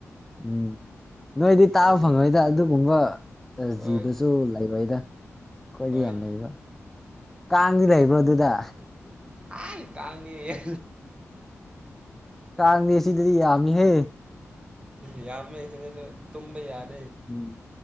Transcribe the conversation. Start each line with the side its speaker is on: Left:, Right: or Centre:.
Centre: ꯎꯝ ꯅꯣꯏꯗꯤ ꯇꯥꯕ
Right: ꯐꯪꯗꯦ
Centre: ꯐꯪꯉꯣꯏꯗ ꯑꯗꯨꯒꯨꯝꯕ ꯑꯁ
Right: ꯍꯣꯏ
Centre: ꯖꯤꯕꯁꯨ ꯂꯩꯔꯣꯏꯗ ꯑꯩꯈꯣꯏꯗꯤ
Right: ꯍꯣꯏ
Centre: ꯌꯥꯝ ꯂꯩꯕ ꯀꯥꯡꯗꯤ ꯂꯩꯕ꯭ꯔꯣ ꯑꯗꯨꯗ
Right: ꯑ ꯀꯅꯤ
Centre: ꯀꯥꯡꯗꯤ ꯁꯤꯗꯗꯤ ꯌꯥꯝꯃꯤꯍꯦ
Right: ꯌꯥꯝꯃꯦꯁꯤ ꯇꯨꯝꯝꯕ ꯌꯥ
Centre: ꯎꯝ